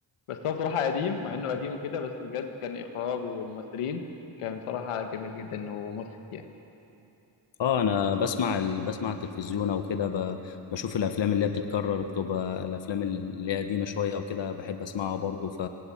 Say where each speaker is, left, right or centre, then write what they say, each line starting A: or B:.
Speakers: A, on the left; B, on the left.
A: بس هو صراحه قديم مع انه قديم وكده بس بجد كان اخراج وممثلين كان صراحه جميل جدا ومضحك يعني
B: اه انا بسمع ال... بسمع التلفزيون او كده ب... بشوف الافلام اللي هي بتتكرر بتبقى الافلام اللي هي قديمه شويه او كده بحب اسمعها برضو ف...